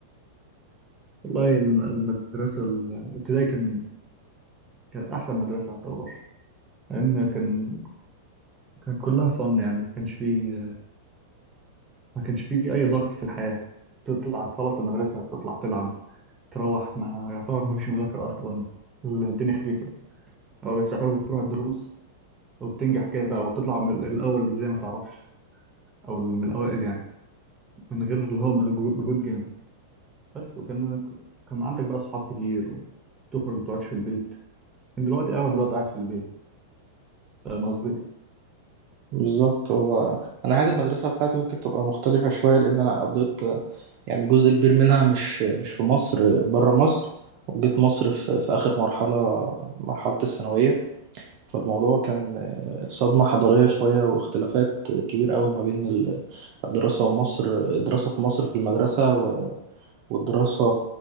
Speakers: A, on the right; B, on the right.
A: والله الم- المدرسه ال- الابتدائي كان كانت احسن مدرسه اعتبر لان كان كان كلها فن يعني ما كانش فيه ما كانش فيه اي ضغط في الحياه تطلع تخلص المدرسة تطلع تلعب تروح ما يعتبر ما فيش مذاكرة أصلا الدنيا خفيفة أو بس يعتبر بتروح الدروس وبتنجح كده وبتطلع من الأول زي ما تعرفش أو من الأوائل يعني من غير اللي هو مجهو- مجهود جامد بس وكان كان عندك بقى أصحاب كتير وتخرج ما بتقعدش في البيت كان دلوقتي أغلب الوقت قاعد في البيت فاهم قصدي؟
B: بالظبط هو أنا حياة المدرسة بتاعتي ممكن تبقى مختلفة شوية لأن أنا قضيت يعني جزء كبير منها مش مش في مصر برا مصر وجيت مصر في, في آخر مرحلة مرحلة الثانوية فالموضوع كان صدمة حضارية شوية واختلافات كبير قوي ما بين ال- الدراسة ومصر الدراسة في مصر في المدرسة و- والدراسة